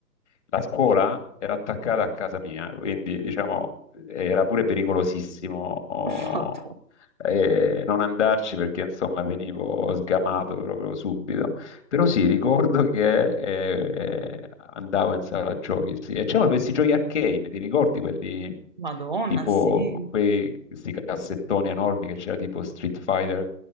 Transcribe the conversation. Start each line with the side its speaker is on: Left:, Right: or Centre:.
Left: la scuola era attaccata a casa mia, quindi diciamo era pure pericolosissimo oh,
Right: Madonna,
Left: eh, non andarci perché insomma venivo sgamato proprio subito. Però sì, ricordo che eh, andavo in sala giochi, sì. E c'erano questi giochi arcane, ti ricordi quelli
Right: Madonna,
Left: tipo
Right: sì,
Left: quei, questi cassettoni enormi che c'era tipo Street Fighter